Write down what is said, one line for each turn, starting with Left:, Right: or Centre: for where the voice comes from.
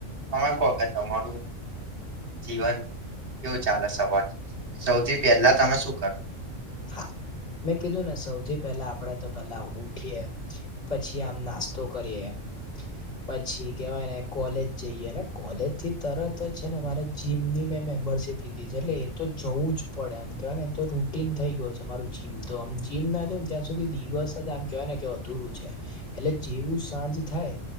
Right: તમે કો કે તમારું જીવન કેવું ચાલે સવાર થી સૌથી પહેલા તમે શું કરો
Left: હા મેં કીધું ને સૌથી પહેલા આપણેે તો પેલા ઊઠીએ પછી આમ નાસ્તો કરીએ પછી કેવાય ને કોલેજ જઈએ ને કોલેજ થી તરત જ છે ને મારે જીમની મેં મેમ્બરશીપ લીધી છે એટલે એ તો જવું જ પડે આમ કેવાય ને તો રૂટિન થઈ ગયું મારું જીમ તોમ જીમ ના જાવ ને ત્યાં સુધી દિવસ આમ કેવાય ને કે અધુરું છે. એટલે જેવું સાંજ થાય